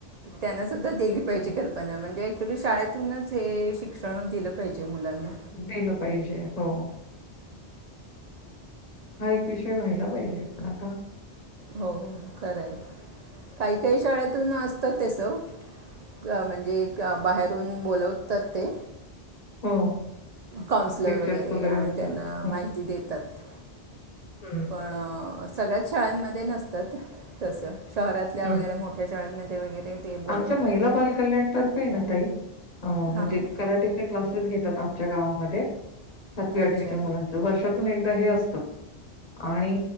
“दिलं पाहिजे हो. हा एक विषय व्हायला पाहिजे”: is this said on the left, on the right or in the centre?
Left